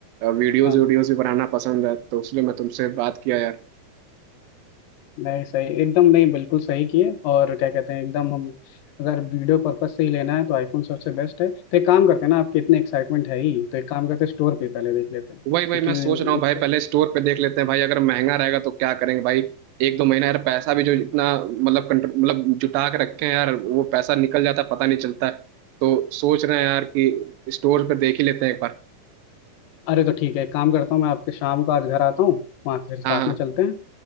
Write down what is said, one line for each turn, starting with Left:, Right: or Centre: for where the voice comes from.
Right: वीडियोस
Left: हाँ
Right: वीडियोस भी बनाना पसंद है तो इसलिए मैं तुमसे बात किया यार
Left: नहीं सही एकदम नहीं बिल्कुल सही किए और क्या कहते हैं एकदम हम अगर वीडियो पर्पज से ही लेना है तो आईफोन सबसे बेस्ट है तो एक काम करते हैं ना आपके इतने एक्साइटमेंट है ही तो एक काम करते हैं स्टोर पे पहले देख लेते हैं
Right: वही वही
Left: क्योंकि
Right: मैं सोच
Left: वो-
Right: रहा हूँ भाई पहले स्टोर पे देख लेते हैं भाई अगर महंगा रहेगा तो क्या करेंगे भाई एक दो महीना यार पैसा भी जो इतना मतलब कंट्र- मतलब जुटा के रखे हैं यार वो पैसा निकल जाता है, पता नहीं चलता है। तो सोच रहे हैं यार कि स्टोर पे देख ही लेते हैं एक बार
Left: अरे तो ठीक है एक काम करता हूँ मैं आपके शाम को आज घर आता हूँ वहाँ फिर साथ
Right: हाँ हाँ
Left: में चलते हैं